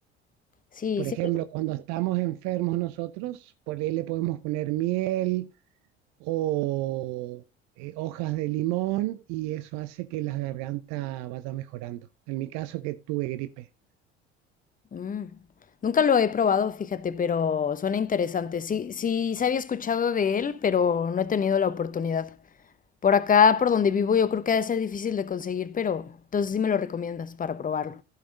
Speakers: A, on the left; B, on the right.
A: Sí,
B: Por
A: sí.
B: ejemplo, cuando estamos enfermos nosotros, por ahí le podemos poner miel o eh, hojas de limón y eso hace que la garganta vaya mejorando. En mi caso que tuve gripe.
A: Mm. Nunca lo he probado, fíjate, pero suena interesante. Sí, sí, se había escuchado de él, pero no he tenido la oportunidad. Por acá, por donde vivo, yo creo que ha de ser difícil de conseguir, pero entonces sí me lo recomiendas para probarlo.